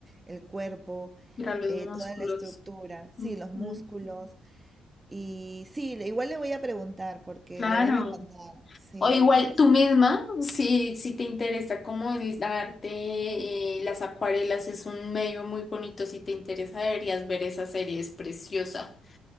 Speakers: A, on the right; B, on the left.
A: el cuerpo,
B: mira los
A: eh,
B: músculos.
A: toda la estructura, sí,
B: Ujú,
A: los músculos. Y sí, le- igual le voy a preguntar, porque
B: Claro.
A: le debe encantar. Sí,
B: O igual
A: es
B: tú misma, si, si te interesa como el arte, eh, las acuarelas es un medio muy bonito, si te interesa deberías ver esa serie, es preciosa.